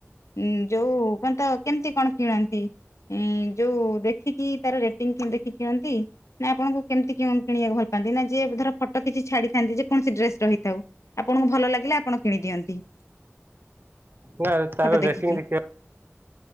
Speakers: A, on the left (about 80°); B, on the right (about 45°).
A: ଉଁ ଯୋଉ କଣତ କେମତି କଣ କିଣନ୍ତି ଉଁ ଯୋଉ ଦେଖିକି ତାର କେ ଦେଖିନ୍ତି ନା ଆପଣଙ୍କୁ କେମିତି କେଉଁ କିଣିବାକୁ ଭଲ ପାଆନ୍ତି ନା ଯେ ଧର ଫଟୋ କିଛି ଛାଡିଥାନ୍ତି ଯେ କୌଣସି ଡ୍ରେସ ରହିଥାଉ ଆପଣଙ୍କୁ ଭଲ ଲାଗିଲେ ଆପଣ କିଣି ଦିଅନ୍ତି <unintelligible>
B: ନା ତାର
A: ଫଟୋ
B: ରେଟିଂ
A: ଦେଖିକି
B: ଦେଖିବାକୁ